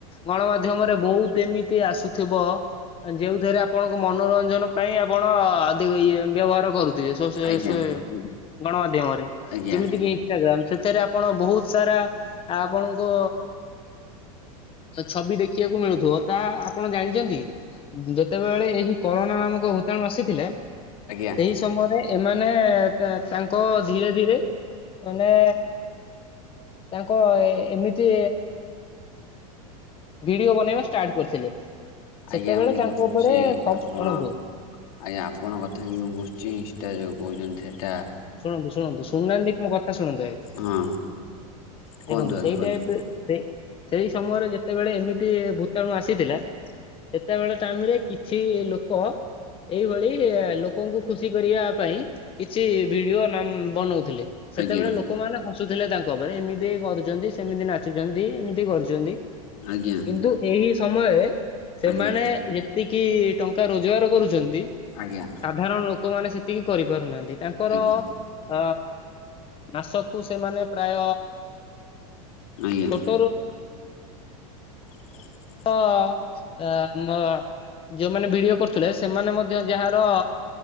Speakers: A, on the left (about 30°); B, on the left (about 70°).
A: ଗଣମାଧ୍ୟମରେ ବହୁତ ଏମିତି ଆସୁ ଥିବ ଯେଉଥିରେ ଆପଣଙ୍କ ମନୋରଞ୍ଜନ ପାଇଁ ଆପଣ ଅଧିକ ଇ ଏ ବ୍ୟବହାର କରୁ ଦେଶ ସୋଏ
B: ଆଜ୍ଞା
A: ସୋଏ ଗଣମାଧ୍ୟମରେ
B: ଆଜ୍ଞା
A: ଯେମିତିକି ଜାମ୍ ଛେତେରେ ଆପଣ ବହୁତ ସାରା ଆପଣଙ୍କୁ ଛବି ଦେଖିବାକୁ ମିଳୁଥିବ ତା ଆପଣ ଜାଣିଛନ୍ତି, ଯେତେବେଳେ ଏହି କରୋନା ନାମକ ଭୂତାଣୁ ଆସିଥିଲା,
B: ଆଜ୍ଞା
A: ସେହି ସମୟରେ ଏମାନେ ତାଙ୍କ ଧୀରେ ଧୀରେ ମାନେ ତାଙ୍କ ଏଏମିତି ଭିଡିଓ ବନେଇବା ଷ୍ଟାର୍ଟ କରିଥିଲେ। ସେତେବେଳେ
B: ଆଜ୍ଞା ମୁଁ
A: ତାଙ୍କ
B: ବୁଝିଛି
A: ଉପରେ ସବୁ
B: ଆପଣ
A: ଶୁଣନ୍ତୁ
B: ଆଜ୍ଞା ଆପଣଙ୍କ କଥା ହିଁ ମୁଁ ବୁଝ ଛି ଇନଷ୍ଟା ଯୋଉ କହୁଛନ୍ତି ସେଇଟା
A: ଶୁଣନ୍ତୁ ଶୁଣନ୍ତୁ ଶୁଣନାହାଁନ୍ତି ମୋ କଥା ଶୁଣନ୍ତୁ ଆଗେ।
B: ହଁ କୁହନ୍ତୁ
A: ଦେଖନ୍ତୁ
B: ଆଜ୍ଞା
A: ସେଇ
B: ବନ୍ଧୁ
A: ଟାଇପରେ ସେଇ ସେଇ ସମୟରେ ଯେତେବେଳେ ଏମିତି ଭୂତାଣୁ ଆସିଥିଲା। ସେତେବେଳେ ଟାଇମ ରେ କିଛି ଲୋକ ଏଇଭଳି ଲୋକଙ୍କୁ ଖୁସି କରିବା ପାଇଁ କିଛି ଭିଡିଓ ନାମ ବନଉଥିଲେ ସେତେବେଳେ
B: ଆଜ୍ଞା
A: ଲୋକ ଲୋକମାନେ ହସୁଥିଲେ ତାଙ୍କ ଉପରେ, ଏମିତି କରୁଛନ୍ତି ସେମିତି ନାଚୁଛନ୍ତି ଏମିତି କରୁଛନ୍ତି।
B: ଆଜ୍ଞା
A: କିନ୍ତୁ ଏହି ସମୟରେ, ସେମାନେ
B: ଆଜ୍ଞା
A: ଯେତିକି ଟଙ୍କା ରୋଜଗାର କରୁଛନ୍ତି
B: ଆଜ୍ଞା
A: ସାଧାରଣ ଲୋକ ଲୋକମାନେ ସେତିକି କରିପାରୁନାହାନ୍ତି ତାଙ୍କର
B: ଆଜ୍ଞା
A: ଅ ମାସକୁ ସେମାନେ ପ୍ରାୟ
B: ଆଜ୍ଞା
A: ଛୋଟ
B: ସେ <unintelligible>
A: ହଁମ। ଯୋଉମାନେ ଭିଡିଓ କରୁଥିଲେ ସେମାନେ ମଧ୍ୟ ଯାହାର